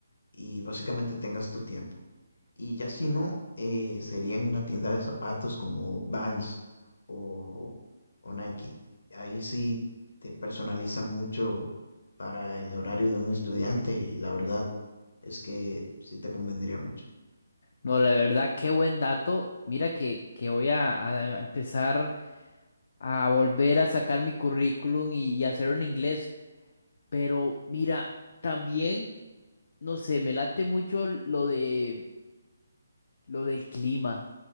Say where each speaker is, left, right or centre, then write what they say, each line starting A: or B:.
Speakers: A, on the left; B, on the left.
A: y básicamente tengas tu tiempo. Y ya si no, eh, sería en una tienda de zapatos como Vans o, o Nike. Ahí sí te personalizan mucho para el horario de un estudiante y la verdad es que sí te convendría mucho.
B: No, la verdad, qué buen dato. Mira que, que voy a a empezar. a volver a sacar mi currículum y, y hacerlo en inglés. Pero mira, también, no sé, me late mucho lo de lo del clima.